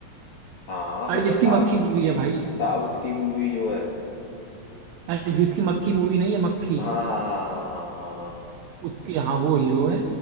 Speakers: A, on the left; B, on the right.
A: हाँ
B: अरे
A: मतलब
B: जिसकी
A: साउथ
B: मक्खी मूवी है भाई
A: साउथ की मूवी जो है
B: अरे जिसकी मक्खी मूवी नहीं है मक्खी
A: हाँ हाँ हाँ हाँ हाँ हाँ
B: उसकी हाँ वो हीरो है